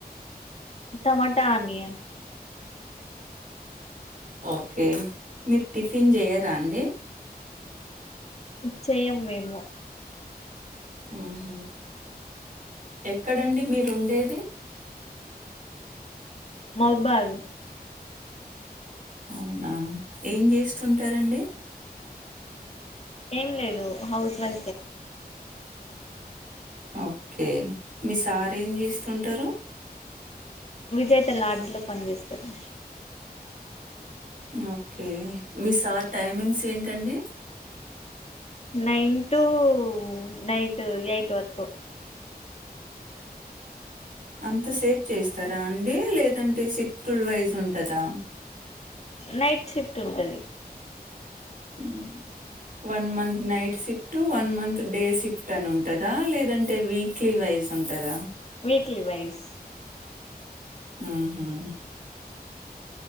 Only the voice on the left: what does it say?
టమాట ఆనియ
నిశ్చయం మేము
మోబైల్
ఏం లేదు హౌస్ వై
విజేత లాడలో పనిచేస్తారు
నైన్ టు నైట్ ఎయిట్ వరకు
నైట్ షిఫ్ట్ ఉంటది
వీక్లీ వైస్్